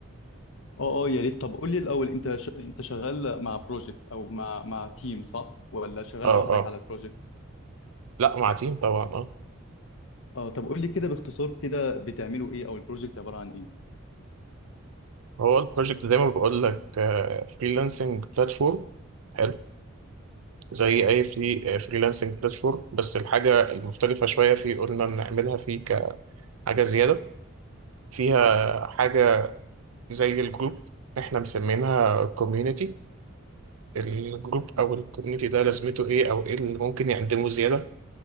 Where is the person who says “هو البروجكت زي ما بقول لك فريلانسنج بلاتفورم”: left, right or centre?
Right